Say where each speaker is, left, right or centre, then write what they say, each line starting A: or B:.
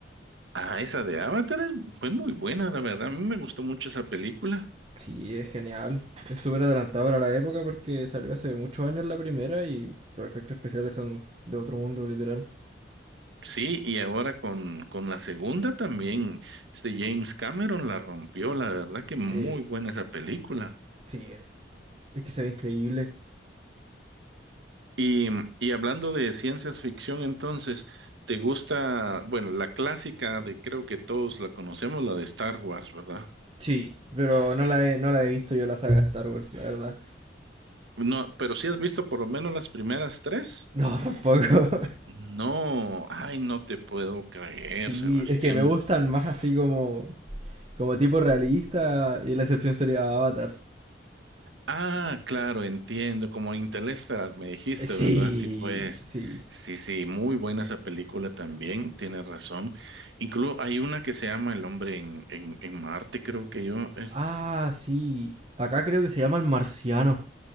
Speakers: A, on the right; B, on the right.
A: Ah, esa de Avatar es- fue muy buena, la verdad. A mí me gustó mucho esa película.
B: sí, es genial, es súper adelantado para la época porque salió hace muchos años la primera y los efectos especiales son de otro mundo literal.
A: Sí, y ahora con, con la segunda también, este James Cameron la rompió, la verdad que muy
B: Sí.
A: buena esa película.
B: Sí, es que se ve increíble.
A: Y, y hablando de ciencias ficción, entonces, ¿te gusta, bueno, la clásica de creo que todos la conocemos, la de Star Wars, ¿verdad?
B: Sí, pero no la he, no la he visto yo la saga de Star Wars, la verdad.
A: No, pero sí has visto por lo menos las primeras tres.
B: No, tampoco. <laughs>
A: No, ay, no te puedo creer,
B: Sí,
A: Sebastián.
B: es que me gustan más así como, como tipo realista y la excepción sería Avatar.
A: Ah, claro, entiendo, como Interstellar me dijiste,
B: Eh, Sí,
A: ¿verdad? Sí, pues,
B: sí.
A: sí, sí, muy buena esa película también, tienes razón. Incluso hay una que se llama El hombre en, en, en Marte, creo que yo, es.
B: Ah, sí. Acá creo que se llama El Marciano.